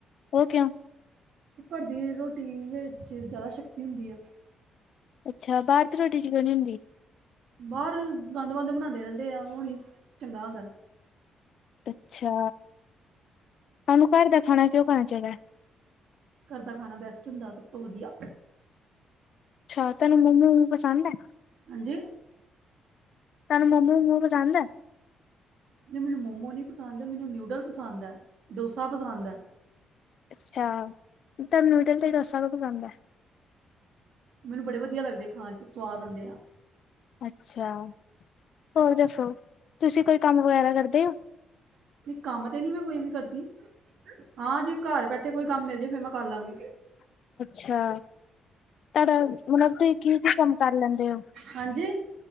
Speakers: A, on the left (about 60°); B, on the right (about 65°).
A: ਉਹ ਕਿਉਂ?
B: ਘਰ ਦੀ ਰੋਟੀ ਵਿੱਚ, ਜ਼ਿਆਦਾ ਸ਼ਕਤੀ ਹੁੰਦੀ ਆ।
A: ਅੱਛਾ ਬਾਹਰ ਰੋਟੀ ਚ, ਕਿਉੰ ਨਹੀਂ ਹੁੰਦੀ।
B: ਬਾਹਰ ਗੰਦ- ਬੰਦ ਬਣਾਉਂਦੇ ਰਹਿੰਦੇ ਆ, ਉਹ ਨਹੀਂ ਚੰਗਾ ਹੁੰਦਾ।
A: ਅੱਛਾ, ਸਾਨੂੰ ਘਰ ਦਾ ਖਾਣਾ, ਕਿਉਂ ਖਾਣਾ ਚਾਹੀਦਾ?
B: ਘਰ ਦਾ ਖਾਣਾ, ਬੈਸਟ ਹੁੰਦਾ ਸਭ ਤੋਂ ਵਧੀਆ।
A: ਅੱਛਾ, ਤੁਹਾਨੂੰ ਮੋਮੋ-ਮੋਮੋ ਪਸੰਦ ਹੈ।
B: ਹਾਂਜੀ।
A: ਤੁਹਾਨੂੰ ਮੋਮੋ-ਮੋਮੋ ਪਸੰਦ ਹੈ?
B: ਨਹੀਂ, ਮੈਨੂੰ ਮੋਮੋ ਨੀ ਪਸੰਦ, ਮੈਨੂੰ ਨਿਊਡਲ ਪਸੰਦ ਹੈ, ਡੋਸਾ ਪਸੰਦ ਹੈ।
A: ਅੱਛਾ ਤੁਹਾਨੂੰ ਨਿਊਡਲ ਤੇ ਡੋਸਾ ਕਿਉਂ ਪਸੰਦ ਹੈ?
B: ਮੈਨੂੰ ਬੜੇ ਵਧੀਆ ਲੱਗਦੇ, ਖਾਣ ਚ ਸਵਾਦ ਆਉਂਦੇ ਆ।
A: ਅੱਛਾ ਹੋਰ ਦੱਸੋ? ਤੁਸੀਂ, ਕੋਈ ਕੰਮ ਵਗੈਰਾ ਕਰਦੇ ਹੋ?
B: ਨਹੀਂ ਕੰਮ ਤੇ ਨਹੀਂ ਮੈਂ ਕੋਈ ਵੀ ਕਰਦੀ। ਹਾਂ, ਜੇ ਘਰ ਬੈਠੇ ਕੋਈ ਕੰਮ ਮਿਲ ਜੇ, ਫੇਰ ਮੈਂ ਕਰ ਲਾਂਗੀ।
A: ਅੱਛਾ, ਪਰ ਹੁਣ ਤੁਸੀਂ ਕੀ-ਕੀ ਕੰਮ ਕਰ ਲੈਂਦੇ ਹੋ?
B: ਹਾਂਜੀ।